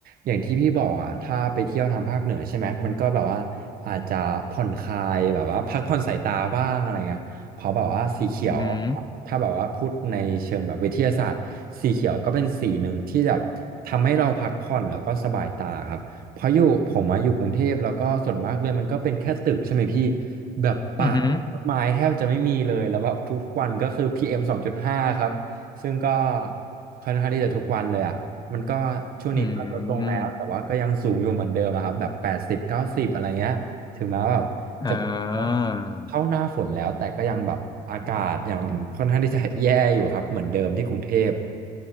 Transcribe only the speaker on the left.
อือหือ
อือหือ
อืมอ่า